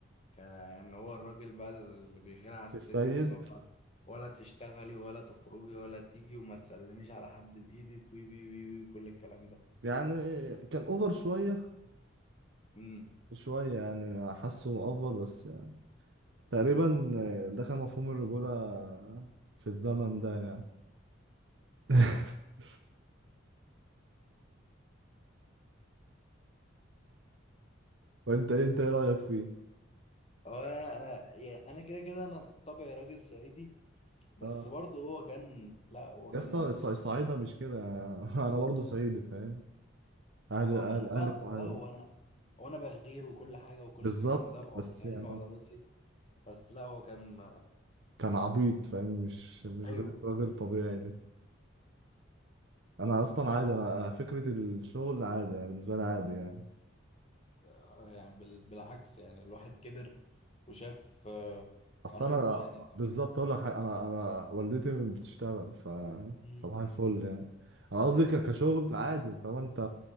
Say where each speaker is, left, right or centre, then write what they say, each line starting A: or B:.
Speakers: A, on the left (about 30°); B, on the right (about 60°).
A: كان هو الراجل بقى اللي بيغني على الست
B: السيد
A: اللي هو ولا تشتغلي ولا تخرجي ولا تيجي وما تسلميش على حد بإيدك وي وي وي وي كل الكلام ده
B: يعني كان أوفر شوية
A: امم
B: شوية يعني حاسه أوفر بس يعني تقريبا ده كان مفهوم الرجولة في الزمن ده يعني <laughs> وأنت إيه أنت إيه رأيك فيه؟
A: هو انا انا يعني انا كده كده انا بطبعي راجل صعيدي بس
B: آه
A: برضه هو كان لا هو
B: يا
A: كان
B: اسطى
A: مأفور
B: الص- الصعايدة مش كده يعني <laughs> أنا برضو صعيدي فاهم؟ أهل
A: هو
B: أهل
A: انا
B: أهل
A: فاهمك
B: صعيد
A: اه وانا وانا بغير وكل حاجه وكل
B: بالظبط
A: الكلام ده وعلى
B: بس يعني
A: عيني وعلى راسي بس لا هو كان
B: كان عبيط فاهم مش مش
A: ايوه
B: غير راجل طبيعي ده انا اصلا عادي انا أنا فكره الشغل عادي انا بالنسبه لي عادي يعني
A: آه، يعني بال- بالعكس يعني الواحد كبر وشاف آه،
B: اصل
A: قرايبه
B: انا
A: يعني
B: بالظبط اقول لك حاجة، انا انا والدتي بتشتغل ف
A: مم.
B: صباح الفل يعني انا قصدي ك- كشغل عادي طب انت